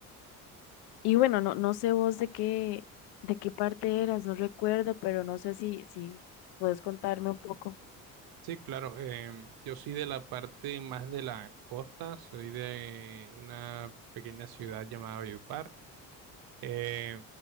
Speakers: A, on the left; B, on the right.
A: Y bueno, no, no sé vos de qué, de qué parte eras, no recuerdo, pero no sé si, si puedes contarme un poco.
B: Sí, claro, em, yo soy de la parte más de la costa, soy de una pequeña ciudad llamada Valledupar. Eh,